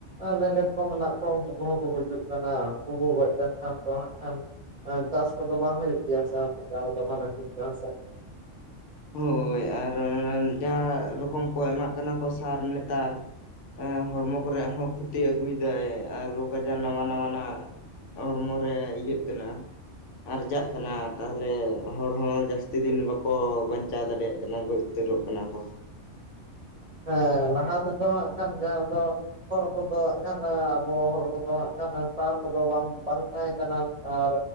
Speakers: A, on the right; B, on the left.
A: ᱟᱨ ᱞᱮᱸᱰᱮᱛ ᱠᱚ ᱢᱮᱱᱟᱜ ᱠᱚᱣᱟ ᱩᱱᱠᱩ ᱠᱚᱦᱚᱸ ᱠᱚ ᱜᱩᱡᱩᱜ ᱠᱟᱱᱟ ᱩᱱᱠᱩ ᱠᱚ ᱜᱚᱡ ᱞᱮᱱᱠᱷᱟᱱ ᱫᱚ ᱦᱟᱸᱜ ᱠᱷᱟᱱ ᱮ ᱪᱟᱥ ᱠᱚᱫᱚ ᱵᱟᱝ ᱦᱩᱭᱩᱜ ᱜᱮᱭᱟ ᱥᱮ ᱩᱱᱟᱹᱜ ᱪᱟᱬ ᱫᱚ ᱵᱷᱟᱞᱮ ᱴᱷᱤᱠ ᱜᱮᱭᱟ ᱥᱮ᱾
B: ᱦᱳᱭ ᱟᱨ ᱡᱟ ᱨᱚᱠᱚᱢ ᱠᱚ ᱮᱢᱟᱜ ᱠᱟᱱᱟ ᱠᱚ ᱥᱟᱨ ᱱᱮᱛᱟᱨ ᱦᱮᱸ ᱦᱚᱲᱢᱚ ᱠᱚᱨᱮ ᱦᱚᱸ ᱠᱷᱚᱛᱤ ᱟᱹᱜᱩᱭᱮᱫᱟᱭ ᱟᱨ ᱨᱳᱜᱽ ᱟᱡᱟᱨ ᱱᱟᱣᱟ ᱱᱟᱣᱟᱱᱟᱜ, ᱦᱚᱲᱢᱚ ᱨᱮ ᱤᱭᱟᱹᱜ ᱠᱟᱱᱟ᱾ ᱟᱨᱡᱟᱜ ᱠᱟᱱᱟ ᱛᱟᱦᱚᱞᱮ ᱦᱚᱲ ᱦᱚᱸ ᱡᱟᱹᱥᱛᱤ ᱫᱤᱱ ᱵᱟᱠᱚ ᱵᱟᱧ ᱵᱟᱧᱪᱟᱣ ᱫᱟᱲᱮᱭᱟᱜ ᱠᱟᱱᱟ ᱠᱚ ᱩᱛᱟᱹᱨᱚᱜ ᱠᱟᱱᱟ ᱠᱚ᱾
A: ᱦᱮᱸ ᱞᱟᱦᱟ ᱛᱮᱫᱚ ᱦᱟᱜ ᱠᱷᱟᱱ ᱡᱟᱦᱟᱸ ᱫᱚ, ᱦᱚᱲ ᱠᱚᱫᱚ ᱦᱟᱸᱜ ᱠᱷᱟᱱ ᱟᱵᱚ ᱦᱚᱲ ᱠᱚᱫᱚ ᱦᱟᱸᱜ ᱠᱷᱟᱱ ᱥᱟᱨ ᱠᱚᱫᱚ ᱵᱟᱝ ᱵᱟᱝ ᱛᱟᱦᱮᱸ ᱠᱟᱱᱟ ᱟᱨ